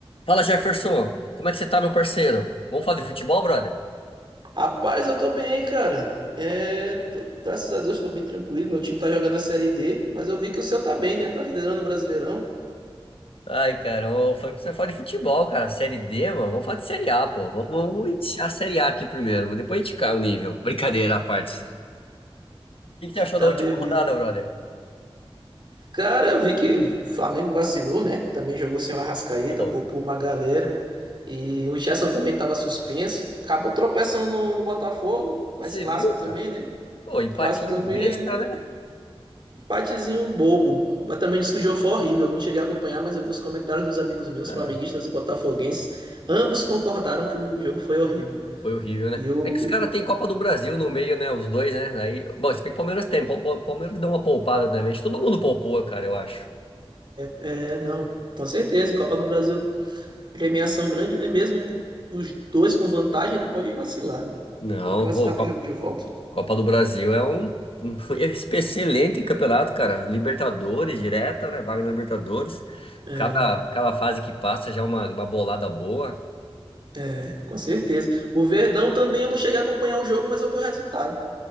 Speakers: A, on the left; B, on the right.
A: Fala Jefferson, como é que você tá, meu parceiro? Vamos falar de futebol, brother?
B: Rapaz, eu tô bem, cara. É, tô- graças a Deus tô bem tranquilo. Meu time tá jogando a Série D, mas eu vi que o seu tá bem, né? Tá liderando o Brasileirão.
A: Ai, cara, eu falei pra você falar de futebol, cara. Série D, mano, vamos falar de Série A, pô. Vamos vamos iniciar a Série A aqui primeiro, depois a gente cai o nível. Brincadeira à parte. O que que você achou
B: Tá
A: da última
B: beleza.
A: rodada, brother?
B: Cara, eu vi que o Flamengo vacilou, né? Também jogou sem o Arrascaeta,
A: Ô,
B: poupou uma galera. E o Gerson também tava suspenso. Acabou tropeçando no, no Botafogo, mas
A: você
B: clássico
A: viu,
B: também,
A: cara?
B: né?
A: Pô, empatinho
B: Clássico também
A: besta,
B: é
A: né?
B: Empatezinho bobo. Mas também disse que o jogo foi horrível. Não cheguei a acompanhar, mas eu vi os comentários dos amigos meus,
A: Ah,
B: flamenguistas e botafoguenses. Ambos concordaram que o jogo foi horrível.
A: foi horrível, né?
B: E eu.
A: É que os caras têm Copa do Brasil no meio, né? Os dois, né? Aí, bom, se bem que o Palmeiras tem, o Palmeiras deu uma poupada também. Acho que Todo mundo poupou, cara, eu acho.
B: É, não. Com certeza. E Copa do Brasil, premiação grande, né? Mesmo os dois com vantagem, não pode vacilar, né?
A: Não,
B: Não pode vacilar
A: ô,
B: no
A: Copa-
B: jogo de volta.
A: Copa do Brasil é um, um <laughs> excelente campeonato, cara. Libertadores direta, né? Vaga na Libertadores.
B: É,
A: Cada, cada fase que passa já é uma, uma bolada boa.
B: é, com certeza. O Verdão também eu não cheguei a acompanhar o jogo, mas eu vi o resultado.